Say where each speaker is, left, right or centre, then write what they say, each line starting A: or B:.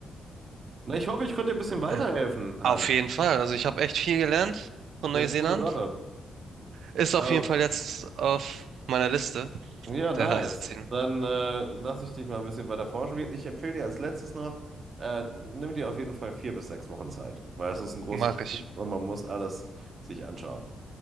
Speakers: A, on the right; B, on the right.
A: Na, ich hoffe, ich konnte dir ein bisschen weiterhelfen,
B: Ja.
A: Han.
B: Auf jeden Fall. Also ich habe echt viel gelernt von Neuseeland.
A: Ja, coole Sache.
B: Ist auf
A: Ähm,
B: jeden Fall jetzt auf meiner Liste.
A: Ja, nice.
B: Der Reiseziehen.
A: Dann äh, lasse ich dich mal ein bisschen weiter forschen. Ich empfehle dir als letztes noch, äh, nimm dir auf jeden Fall vier bis sechs Wochen Zeit, weil es ist ein großes
B: Mache ich.
A: und man muss alles sich anschauen.